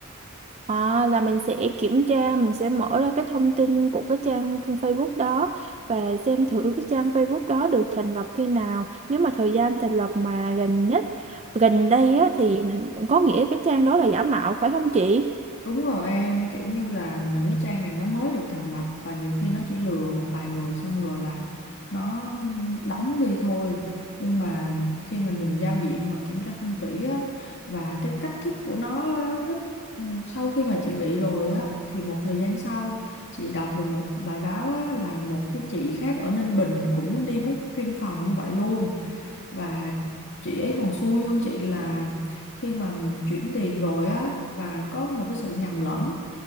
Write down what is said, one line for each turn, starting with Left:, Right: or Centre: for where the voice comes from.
Right: à, là mình sẽ kiểm tra mình sẽ mở ra cái thông tin của cái trang Facebook đó và xem thử cái trang Facebook đó được thành lập khi nào nếu mà thời gian thành lập mà gần nhất gần đây á thì có nghĩa cái trang đó là giả mạo phải không chị
Left: Đúng rồi em, kiểu như là những cái trang này nó mới được thành lập và nhiều khi nó chỉ lừa một vài người xong rồi là nó đóng đi thôi. Nhưng mà khi mà nhìn giao diện mà kiểm tra không kỹ á và cái cách thức của nó á, rất ừ, sau khi mà chị bị rồi á thì một thời gian sau chị đọc được một bài báo á, là một cái chị khác ở Ninh Bình cũng đi booking phòng như vậy luôn và chị ấy còn xui hơn chị là khi mà chuyển tiền rồi á và có một cái sự nhầm lẫn